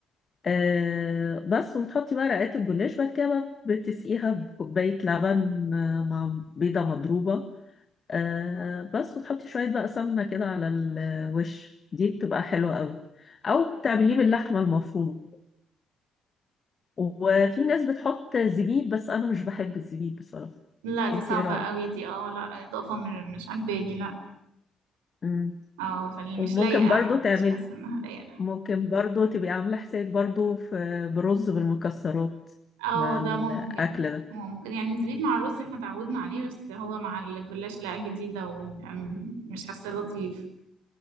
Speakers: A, on the left (about 35°); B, on the right (about 70°).
A: أه بس وبتحطي بقى رقات الجلاش بعد كده بقى بتسقيها بكوبايه لبن آه، مع بيضه مضروبه آه بس وتحطي شوية بقى سمنة كده على الوش دي بتبقى حلوة قوي أو تعمليه باللحمة المفرومة وفي ناس بتحط زبيب بس أنا مش بحب الزبيب بصراحة
B: لا دي
A: انتي
B: صعبة
A: ايه رأيك؟
B: قوي دي اه لا إضافة م- مش عجباني لا
A: مم.
B: اه فمش
A: وممكن
B: لايقة
A: برضو تعملي
B: مش حاسة إنها لايقة
A: ممكن برضو تبقي عاملة حساب برضو في برز بالمكسرات
B: اه
A: مع
B: ده
A: الأكل
B: ممكن
A: ده
B: ممكن يعني الزبيب مع الرز احنا تعودنا عليه بس هو مع الجلاش لا جديدة ومش حاسة لطيف